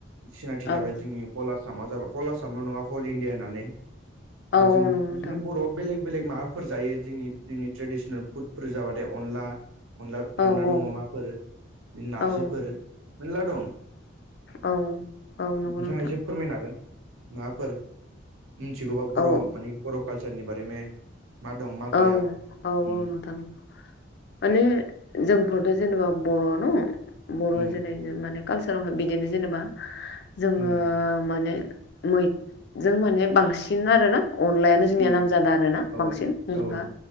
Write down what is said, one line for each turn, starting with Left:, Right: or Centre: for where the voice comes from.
Right: सिनायथि
Left: औ
Right: जाबाय जोंनि हल आसामा जाबाय हल आसामल' नङा हल इण्डिया होननानै
Left: औ
Right: जों
Left: नंगौ नोंथां
Right: बिदिनो बर'आ बेलेग बेलेग माबाफोर जायो जोंनि जोंनि ट्रेडिसनेल फुडफोर जाबाथाय अनला अन अनला
Left: औ औ
Right: दं अमाफोर बिदिनो नारजिफोर
Left: औ
Right: मेरला दं
Left: औ औ नंगौ
Right: नोंथाङा
Left: नोंथां
Right: एसे फोरमायनो हागोन माबाफोर मिथिगौबा बर'
Left: औ
Right: मानि बर' काल्चारनि बारै मा दं मा
Left: औ
Right: गैया
Left: औ
Right: उम
Left: औ नोंथां माने जोंफोरथ' जेनेबा बर' न बर'
Right: उम
Left: जेनै बे माने कालसारावनो बिदिनो जेनेबा जोङो
Right: उम
Left: माने मैजों माने बांसिन आरोना अनलायानो जोंनिया
Right: उम
Left: नामजादा आरोना
Right: औ
Left: बांसिन। जोंहा
Right: औ